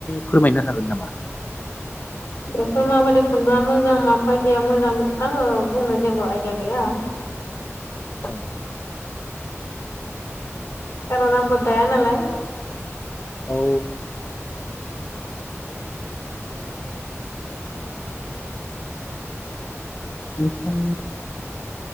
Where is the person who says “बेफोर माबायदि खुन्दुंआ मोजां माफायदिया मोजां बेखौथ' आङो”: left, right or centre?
Left